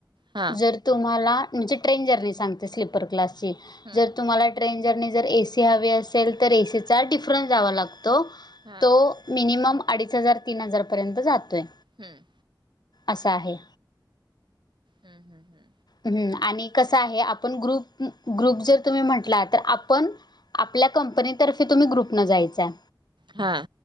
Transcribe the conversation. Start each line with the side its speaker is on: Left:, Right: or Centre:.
Right: हा
Left: जर तुम्हाला म्हणजे ट्रेन जर्नी सांगते स्लीपर क्लासची.
Right: हम्म
Left: जर तुम्हाला ट्रेंजरने जर एसी हवी असेल तर, एसीचा डिफरन्स जावा लागतो
Right: हा
Left: तो मिनिमम अडीच हजार, तीन हजार पर्यंत जातोय.
Right: हुं.
Left: असा आहे.
Right: हू हू हू.
Left: हू आणि कसं आहे. आपण ग्रुप ग्रुप जर तुम्ही म्हटला, तर आपण आपल्या कंपनीतर्फे तुम्ही ग्रुप न जायच हाय.
Right: हा.